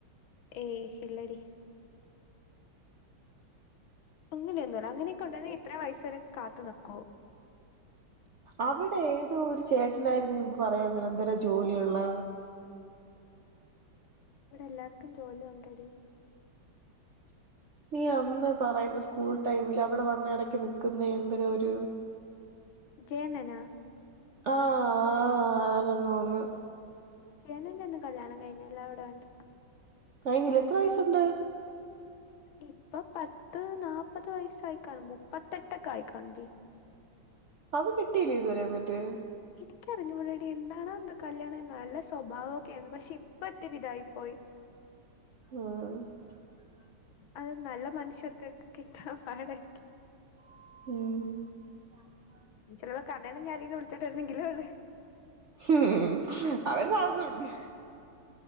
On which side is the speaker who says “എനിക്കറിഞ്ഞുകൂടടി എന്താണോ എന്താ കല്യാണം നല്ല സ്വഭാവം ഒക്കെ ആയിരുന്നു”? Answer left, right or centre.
Left